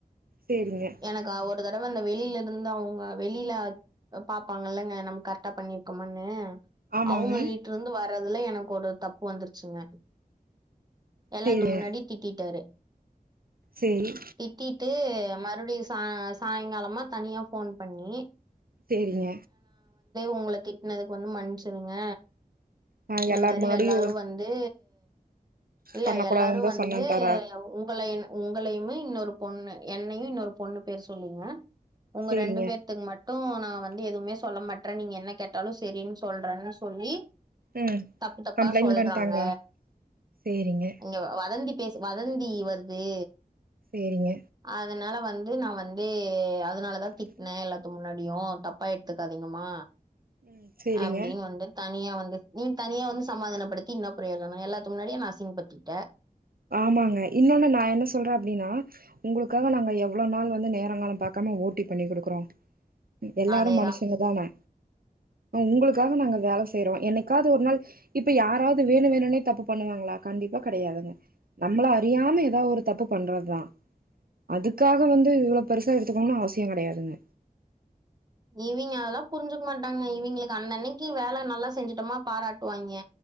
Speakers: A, on the right; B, on the right.
A: சேரிங்க.
B: எனக்கா ஒரு தடவை அந்த வெளியில இருந்து இருந்து அவங்க வெளியில பாப்பாங்கல்லங்க நம்ம கரெக்டா பண்ணிருக்கோமனு
A: ஆமாங்க.
B: அவங்க வீட்டு இருந்து வர அதுல எனக்கு ஒரு தப்பு வந்துருச்சுங்க எல்லாதும்
A: சேரிங்க.
B: முன்னாடி திட்டிட்டார்
A: சேரி.
B: திட்டிட்டு அத <unintelligible> அப்படி ச சாயங்காலமா தனியா போன் பண்ணி
A: சேரிங்க
B: உங்களை திட்டனதுக்கு வந்து மன்னிச்சுருங்க
A: ஆ
B: இந்த
A: எல்லார்
B: மாதிரி
A: முன்னாடியு
B: எல்லாரும் வந்து இல்ல
A: பண்ண
B: எல்லாரும்
A: கூடாதுன்னு தா
B: வந்து
A: சொன்னேன்ட்டாரா
B: உங்கள உங்களையுமே இன்னொரு பொண்ணு என்னையும் இன்னொரு பொண்ணு பேர் சொல்லீங்க உங்க
A: சேரிங்க
B: ரெண்டு பெத்துக்கு மட்டும் அப்பவும் நான் வ வந்து எதுவுமே சொல்ல மாட்டறேன் நீங்க என்ன கேட்டாலும் சேரின்னு சொல்றேன்னு சொல்லி
A: ம்
B: தப்பு தப்பா
A: கம்ப்ளைண்ட்
B: சொல்றாங்க
A: பண்ட்டாங்களா சேரிங்க
B: இங்க வதந்தி பேசி வதந்தி வருது
A: சேரிங்க
B: அதனால வந்து வந்து நான் வந்து அதனாலதான் திட்டினேன் எல்லாத்து முன்னாடியும் தப் ப்பா எடுத்துக்காதீங்கமா
A: ம் சேரிங்க
B: அப்படின்னு வந்து தனியா வந்து நீ தனியா வந்து சமாதானப்படுத்தி இன்ன பிரயோஜனம் எல்லாத்து முன்னாடியும் என்ன அசிங்கப்படுத்திட்டஅ
A: ஆமாங்க இன்னொன்னு நான் என்ன சொல்றேன் அப்படின்னா உங்களுக்காக நாங்க எவ்வளவு நாள் வந்து நேரங்காலம் பாக்காம ஓட்டி பண்ணி குடுக்குறோம் எல்லாரும்
B: அதேதா
A: மனுஷங்க தானே உங்களுக்காக நாங்க வேலை செய்யறோம் என்னைக்காவது ஒரு நாள் இப்ப யாராவது வேணும் வேணும்னே தப்பு பண்ணுவாங்களா கண்டிப்பா கிடையாதுங்க நம்மள அறியாம ஏதாவது ஒரு தப்பு பண்றதுதான் அதுக்காக வந்து இவ்வளவு பெருசா எடுத்துக்கோணும்னு அவசியம் கிடையாதுங்க
B: இவங்க அதெல்லாம் புரிஞ்சுக்க மாட்டாங்க இவங்களுக்கு அன்னனைக்கு வேலை நல்லா செஞ்சட்டோமா பாராட்டுவாய்ங்க